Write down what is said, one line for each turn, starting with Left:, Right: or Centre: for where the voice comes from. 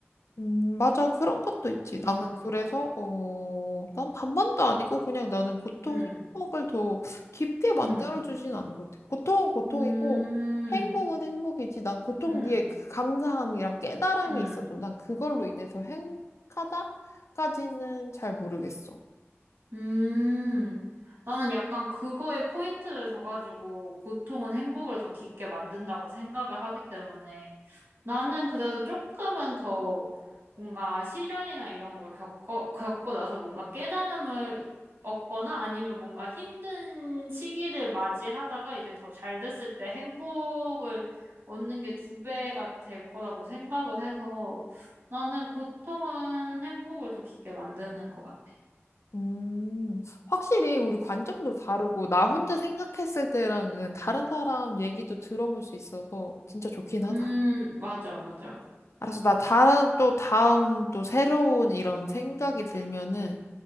Left: 음, 맞아. 그런 것도 있지.
Right: 음,
Left: 나는 그래서, 어, 난 반반도 아니고 그냥 나는 고통이
Right: 음,
Left: 행복을 더 깊게 만들어주진
Right: 음,
Left: 않은 것 같아. 고통은 고통이고
Right: 음,
Left: 행복은 행복이지. 난 고통
Right: 음,
Left: 뒤에 그 감사함이랑 깨달음이
Right: 음.
Left: 있어도 난 그걸로 인해서 행복하다까지는 잘 모르겠어.
Right: 음, 나는 약간 그거에 포인트를 줘가지고 고통은 행복을 더 깊게 만든다고 생각을 하기 때문에 나는 그래도 조금은 더 뭔가 시련이나 이런 걸 겪어, 겪고 나서 뭔가 깨달음을 얻거나 아니면 뭔가 힘든 시기를 맞이하다가 이제 더 잘 됐을 때 행복을 얻는 게 두 배가 될 거라고 생각을 해서 나는 고통은 행복을 더 깊게 만드는 것 같아.
Left: 음, 확실히 우리 관점도 다르고 나 혼자 생각했을 때랑은 다른 사람 얘기도 들어볼 수 있어서 진짜 좋긴 하다.
Right: 음, 맞아, 맞아.
Left: 알았어. 나 다른 또 다음 또 새로운 이런 생각이 들면은